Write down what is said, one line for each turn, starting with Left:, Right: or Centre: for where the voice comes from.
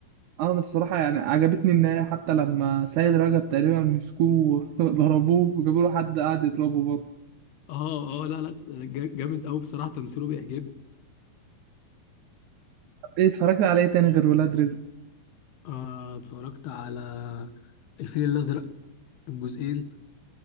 Right: اه انا الصراحه يعني عجبتني النهايه حتى لما سيد رجب تقريبا مسكوه <laughs> وضربوه وجابوا له حد قاعد يضربه برضه
Left: اه اه لا لا جا- جامد قوي بصراحة تمثيله بيعجبني
Right: ايه اتفرجت على ايه تاني غير ولاد رزق
Left: آه اتفرجت على الفيل الأزرق الجزئين